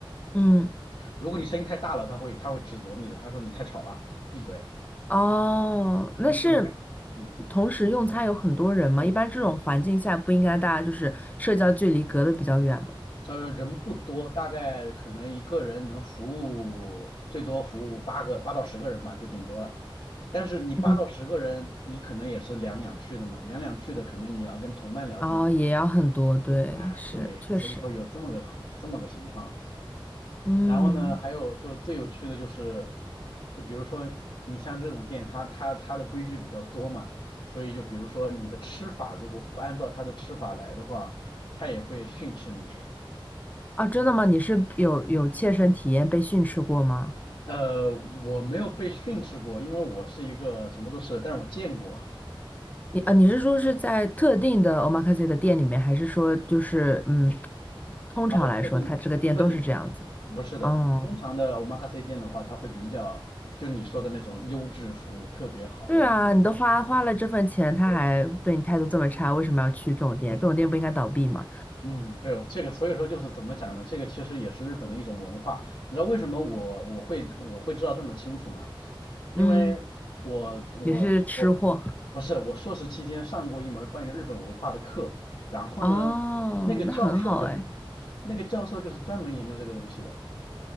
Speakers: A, on the left (about 15°); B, on the left (about 70°).
A: <laughs> 嗯，
B: 如果你声音太大了，他会他会指责你的，他说你太吵了，闭嘴，
A: 哦，那是
B: 这种这种感觉嗯。
A: 同时用餐有很多人吗？一般这种环境下不应该大家就是社交距离隔得比较远吗？
B: 呃，人不多，大概可能一个人能服务最多服务八个八到十个人吧，就顶多了。但是你八到十个人，
A: 嗯，
B: 你可能也是两两去的嘛，两两去的可能你要跟同伴聊天。
A: 哦，也要很多，对，
B: 哎，
A: 是，
B: 对，
A: 确实。
B: 所以说有这么个这么个情况。
A: 嗯。
B: 然后呢，还有就最有趣的就是，就比如说你像这种店，它它它的规矩比较多嘛，所以就比如说你的吃法如果不按照它的吃法来的话，它也会训斥你。
A: 啊，真的吗？你是有有切身体验被训斥过吗？
B: 呃，我没有被训斥过，因为我是一个什么都吃的，但是我见过
A: 你啊，你是说是在特定的 omakase 的店里面，还是说就是嗯，通常来说，
B: 啊、特定的，
A: 它这个店都是这样子？
B: 特定的，不是的，
A: 哦，
B: 通常的 omakase 店的话，它会比较就你说的那种优质服务特别好，
A: 对啊，
B: 然后
A: 你都花花了这份钱，他还对你态度这么差，
B: 对
A: 为什么要去这种店？这种店不应该倒闭吗？
B: 嗯，没有这个，所以说就是怎么讲呢？这个其实也是日本的一种文化。你知道为什么我我会我会知道这么清楚吗？因为我我我
A: 嗯，你是吃货
B: 不是我硕士期间上过一门关于日本文化的课，然后呢，
A: 哦，
B: 那个教授就是
A: 那很好哎。
B: 那个教授就是专门研究这个东西的。